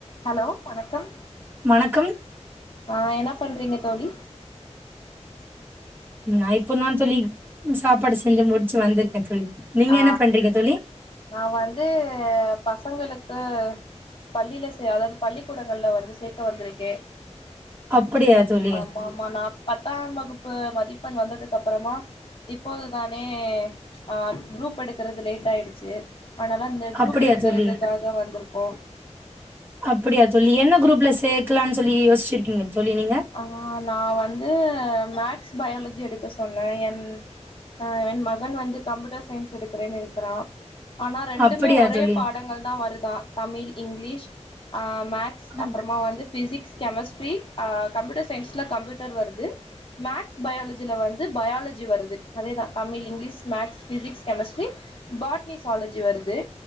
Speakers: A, on the left; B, on the right.
A: ஹலோ வணக்கம்
B: வணக்கம்
A: ஆ என்ன பண்றீங்க தோழி
B: நான் இப்பந்தா தோழி சாப்பாடு செஞ்சு முடிச்சு வந்திருக்கே தோழி நீங்க
A: ஆ
B: என்ன பண்றீங்க தோழி
A: நா வந்து பசங்களுக்கு பள்ளில சே அதாவ்து பள்ளிக்கூடங்கள்ல வந்து சேக்க வந்திருக்கே
B: அப்புடியா தோழி
A: ஆமா ஆமா நா பத்தாம் வகுப்பு மதிப்பெண் வந்ததுக்கப்றமா இப்போது தானே ஆ குரூப் எடுக்கிறது லேட் ஆய்டுச்சு அதுனால இந்த குரூப்
B: அப்படியா
A: எடுக்கிறதுக்காக
B: தோழி
A: வந்திர்க்கோ
B: அப்புடியா தோழி என்ன குரூப்ல சேக்லான் சொல்லி யோச்சிருக்கீங்க தோழி நீங்க
A: ஆ நா வந்து மேக்ஸ் பயாலஜி எடுக்க சொன்ன என் ஆ என் மகன் வந்து கம்ப்யூட்டர் சயின்ஸ் எடுக்கிறேன்னு இருக்கிறான் ஆனா ரெண்டுமே
B: அப்படியா
A: ஒரே
B: தோழி
A: பாடங்கள் தா வருதா தமிழ் இங்கிலீஷ் ஆ மேக் ஸ் அப்புறமா
B: அப்-
A: வந்து பிசிக்ஸ் கெமஸ்ட்ரி கம்ப்யூட்டர் சயின்ஸ்ல கம்ப்யூட்டர் வருது மேக்ஸ் பயாலஜில வந்து பயாலஜி வருது அதேதா Tamil English maths physics chemistry botany zoology வருது